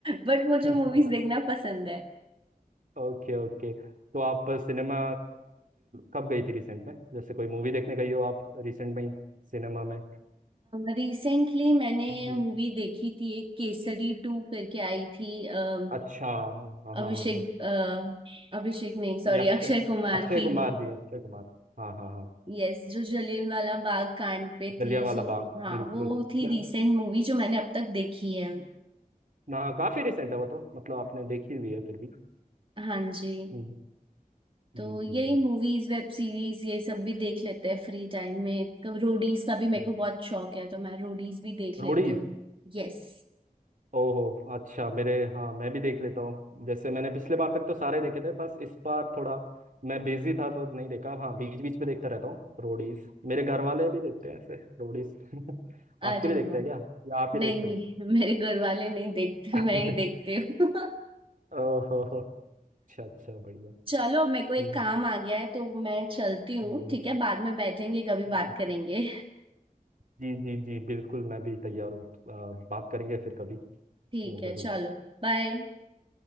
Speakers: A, on the right (about 35°); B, on the right (about 60°).
A: बट मुझे मूवीज
B: <laughs>
A: देखना पसंद है
B: Okay okay तो आप सिनेमा कब गई थी रिसेंट में जैसे कोई मूवी देखने गई हो आप रिसेंट में ही सिनेमा में
A: रिसेंटली मैंने
B: हम्म,
A: मूवी देखी थी एक केसरी टू करके आई थी अम,
B: अच्छा हाँ हाँ हाँ
A: अभिषेक
B: हाँ हाँ।
A: अ, अभिषेक नहीं सॉरी
B: ये अक्षय
A: अक्षय कुमार
B: अक्षय
A: की
B: कुमार जी अक्षय कुमार हाँ हाँ हाँ
A: यस जो जलियांवाला बाग कांड पे
B: जलियांवाला
A: थी सो
B: बाग
A: हाँ
B: बिल्कुल
A: वो थी
B: मैं-
A: रिसेंट मूवी जो मैंने अब तक देखी है
B: ना काफी रिसेंट है वो तो मतलब आपने देखी हुई है फिर भी
A: हाँ जी
B: हम्म,
A: तो
B: जी
A: यही
B: जी
A: मूवीज वेब सीरीज ये सब भी देख लेते हैं फ्री टाइम में तो रोडीज का भी मेरे
B: जी
A: को बहुत शौक है तो मैं रोडीज भी देख
B: रोडीज
A: लेती हूँ यस
B: ओहो अच्छा मेरे हाँ मैं भी देख लेता हूँ जैसे मैंने पिछले बार तक तो सारे देखे थे बस इस बार थोड़ा मैं बिजी था तो नहीं देखा हाँ बीच बीच में देखता रहता हूँ रोडीज मेरे घर वाले भी देखते हैं ऐसे रोडीज <laughs>
A: अरे
B: आपके भी देखते
A: वाह
B: हैं क्या या आप ही
A: नहीं
B: देखते
A: नहीं
B: हो
A: मेरे घर वाले नहीं देखते
B: <laughs>
A: मैं ही देखती हूँ <laughs>
B: ओहो हो, अच्छा अच्छा बढ़िया
A: चलो मेरे
B: हम्म,
A: को एक
B: हम्म,
A: काम आ गया है तो मैं चलती हूँ
B: हम्म,
A: ठीक है बाद में बैठेंगे
B: हम्म।
A: कभी बात
B: हम्म।
A: करेंगे
B: जी जी जी बिल्कुल मैं भी तैयार हूँ आ, बात करेंगे फिर कभी
A: <laughs> ठीक
B: आ, जरूर
A: है चलो बाय